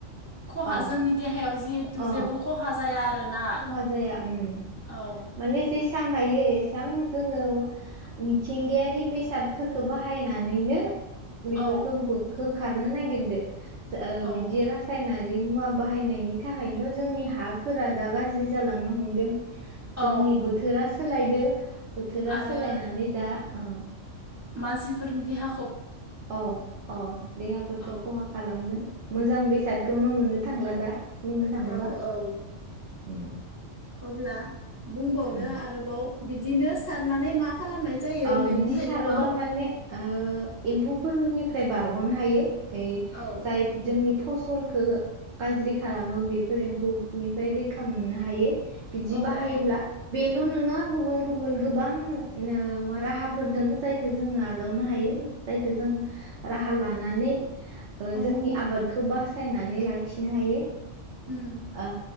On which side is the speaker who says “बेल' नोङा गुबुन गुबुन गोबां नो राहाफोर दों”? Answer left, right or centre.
Right